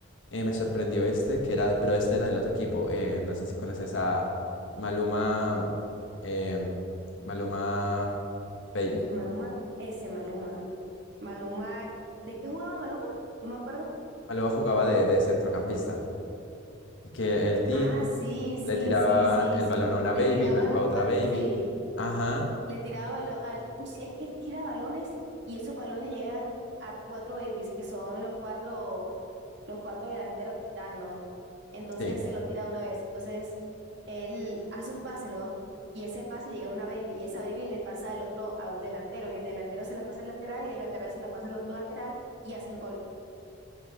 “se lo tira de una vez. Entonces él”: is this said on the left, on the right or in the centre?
Right